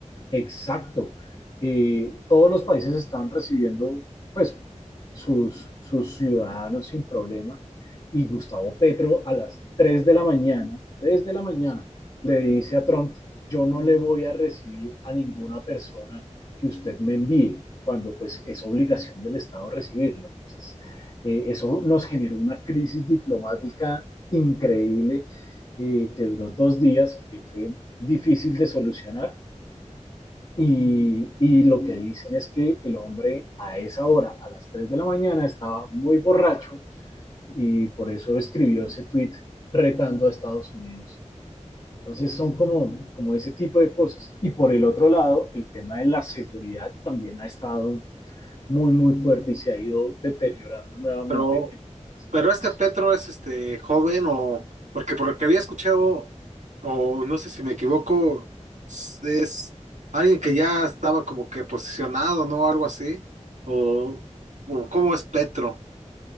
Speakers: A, on the left (about 40°); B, on the right (about 80°).
A: Exacto. Eh, todos los países están recibiendo, pues, sus, sus ciudadanos sin problema. Y Gustavo Petro a las 3 de la mañana, 3 de la mañana, le dice a Trump, yo no le voy a recibir a ninguna persona que usted me envíe, cuando pues es obligación del Estado recibirla. Entonces, eh, eso nos generó una crisis diplomática increíble eh, que duró dos días, que fue difícil de solucionar y, y lo que dicen es que el hombre a esa hora, a las 3 de la mañana, estaba muy borracho y por eso escribió ese tweet retando a Estados Unidos. Entonces son como, como ese tipo de cosas. Y por el otro lado, el tema de la seguridad también ha estado muy, muy fuerte y se ha ido deteriorando nuevamente
B: Pero,
A: en algunas
B: pero
A: partes.
B: este Petro es este joven o porque por lo que había escuchado, o no sé si me equivoco, s- es alguien que ya estaba como que posicionado, ¿no? Algo así. O, o ¿cómo es Petro?